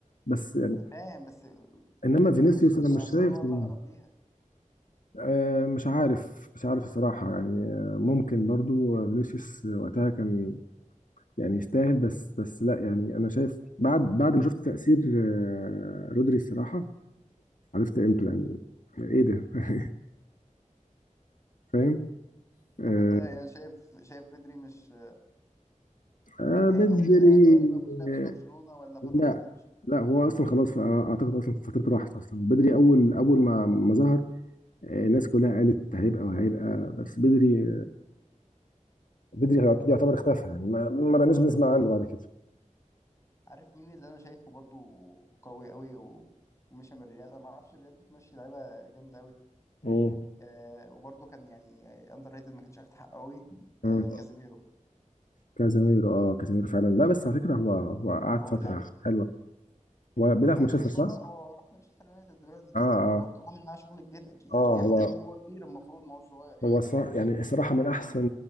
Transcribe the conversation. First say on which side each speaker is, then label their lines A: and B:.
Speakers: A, on the left (about 80°); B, on the left (about 20°).
A: بس يعني
B: انا فاهم بس
A: انما
B: يعني
A: فينيسيوس
B: فينيسيوس
A: انا
B: انا
A: مش
B: اعتقد
A: فينيسيوس
B: هو اللي
A: عامل
B: اقرب
A: شايف
B: ليها
A: آه مش عارف مش عارف الصراحه يعني آه، ممكن برضو فينيسيوس وقتها كان يعني يستاهل بس بس لا يعني انا شايف بعد بعد ما شفت تأثير آه، رودري الصراحة عرفت قيمته يعني ايه ده <laughs> فاهم آه
B: طب انت يعني شايف شايف بدري مش
A: آه،
B: يعني
A: بدري
B: هيبقى مست... يعني هيبقى مستقبل
A: آه،
B: برشلونة ولا فترة
A: لا
B: وهيمشي
A: لا هو اصلا خلاص فأنا اعتقد اصلا فترته راحت اصلا بدري اول اول ما ما ظهر آه، الناس كلها قالت هيبقى وهيبقى بس بدري بدري يعتبر اختفى يعني ما ما بقناش بنسمع عنه بعد كده
B: عارف مين اللي انا شايفه برضو قوي قوي و... ومشى من الريال انا ما اعرفش الريال بتمشي لعيبه جامده قوي
A: مم.
B: آه وبرضو كان يعني اندر ريتد ما كانش اخد حقه قوي
A: مم.
B: آه كازيميرو
A: كازاميرو اه كازاميرو فعلا لا بس على فكره هو هو قعد
B: هو
A: فتره
B: لا
A: حلوه هو بيلعب
B: ماشي
A: في مانشستر
B: بس
A: صح؟
B: هو هو راح مانشستر يونايتد دلوقتي
A: اه اه
B: وبرضه عامل معاه شغل كبير ك-
A: اه
B: جامد
A: هو
B: قوي وهو كبير المفروض ما هوش صغير يعني
A: هو الصراحة يعني الصراحة من أحسن